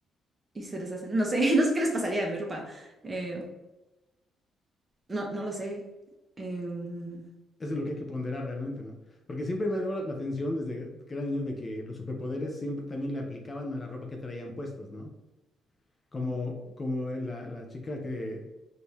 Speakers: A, on the right; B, on the left.
A: y se deshacen. No sé, <laughs> no sé qué les pasaría a mi ropa. eh, no, no lo sé. em,
B: Eso es lo que hay que ponderar realmente, ¿no? Porque siempre me ha dado la atención desde que era niño de que los superpoderes siempre también le aplicaban a la ropa que traían puestos, ¿no? Como, como la, la chica que,